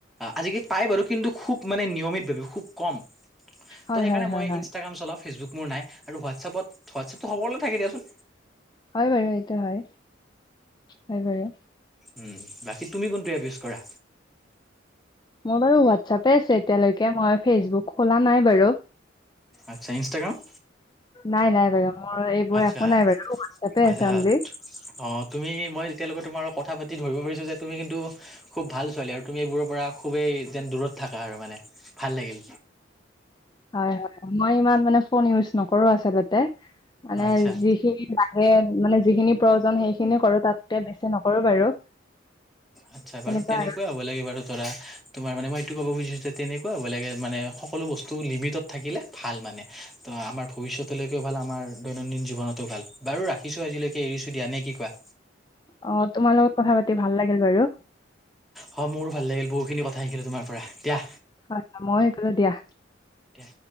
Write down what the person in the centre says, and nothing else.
আজি পাই বাৰু। কিন্তু খুব মানে নিয়মিত ভাবে খুব কম।
ত' সেইকাৰণে
মই
ইনষ্টাগ্ৰাম চলাও। ফেচবুক মোৰ নাই আৰু হোৱাটছএপত হোৱাটছএপতটো সকলোৰে থাকে দিয়াচোন।
উম, বাকী তুমি কোনটো এপ ইউজ কৰা?
আচ্ছা, ইনষ্টাগ্ৰাম?
আচ্ছা,
আচ্ছা
অ' তুমি মই এতিয়ালৈকে তোমাৰ কথা পাতি ধৰিব পাৰিছো যে তুমি কিন্তু খুব ভাল ছোৱালী আৰু তুমি এইবোৰৰ পৰা খুবেই যেন দূৰত থাকা আৰু মানে ভাল লাগিল।
আচ্ছা
আচ্ছা বাৰু
তেনেকুৱাই
হ'ব লাগে বাৰু ধৰা তোমাৰ মানে মই ক'ব খুজিছো যে তেনেকুৱা বেলেগে মানে সকলো বস্তু লিমিটত থাকিলে ভাল মানে। ত' আমাৰ ভ পিছৰতোলৈকেও ভাল আমাৰ দৈনন্দিন জীৱনতো ভাল। বাৰু ৰাখিছো আজিলৈকে এৰিছো দিয়া নে কি কোৱা?
হয়। মোৰো ভাল লাগিল বহুখিনি কথা শিকিলো তোমাৰ পৰা। দিয়া
দিয়া